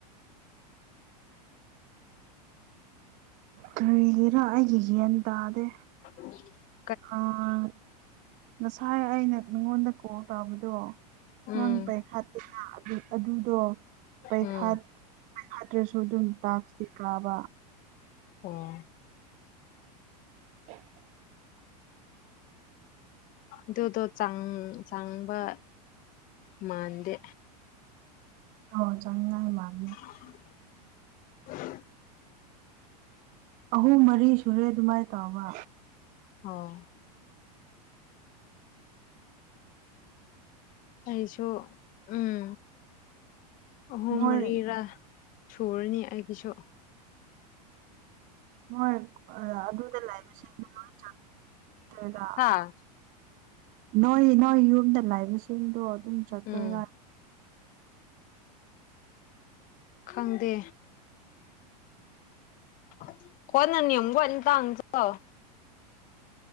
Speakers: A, on the right; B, on the left.
A: ꯀꯔꯤꯒꯤꯔꯥ ꯑꯩꯒꯤ ꯒ꯭ꯌꯥꯟ ꯇꯥꯗꯦ
B: <unintelligible>
A: ꯑꯥ ꯉꯁꯥꯏ ꯑꯩꯅ ꯅꯪꯉꯣꯟꯗ ꯀꯣꯜ ꯇꯧꯕꯗꯣ
B: ꯎꯝ
A: ꯅꯪ ꯄꯔꯤꯈꯥꯠꯇꯦꯅ ꯑꯗꯨꯗꯣ ꯄꯩꯈꯥ
B: ꯎꯝ
A: ꯐꯠꯇ꯭ꯔꯁꯨ ꯑꯗꯨꯝ ꯇꯥꯛꯇꯤ ꯀꯥꯕ
B: ꯑꯣ
A: <inaudible>
B: ꯑꯗꯨꯗꯣ ꯆꯪ ꯆꯪꯕ ꯃꯥꯟꯗꯦ
A: ꯑꯣ ꯆꯪꯕ ꯃꯥꯟꯗꯦ
B: <inaudible>
A: ꯑꯍꯨꯝ ꯃꯔꯤ ꯁꯨꯔꯦ ꯑꯗꯨꯃꯥꯏꯅ ꯇꯧꯕ
B: ꯑꯣ ꯑꯩꯁꯨ ꯎꯝ ꯑꯍꯨꯝ
A: ꯃꯣꯏ
B: ꯃꯔꯤꯔꯥ ꯁꯨꯔꯅꯤ ꯑꯩꯒꯤꯁꯨ
A: ꯃꯣꯏ ꯑꯗꯨꯗ ꯂꯩꯕꯁꯤꯡꯗꯣ ꯂꯣꯏ ꯆꯪꯈ꯭ꯔꯦꯗ
B: ꯍꯥ
A: ꯅꯣꯏ ꯅꯣꯏ ꯌꯨꯝꯗ ꯂꯩꯕꯁꯤꯡꯗꯣ ꯑꯗꯨꯝ ꯆꯠꯇꯣꯏꯔ
B: ꯎꯝ ꯈꯪꯗꯦ <unintelligible>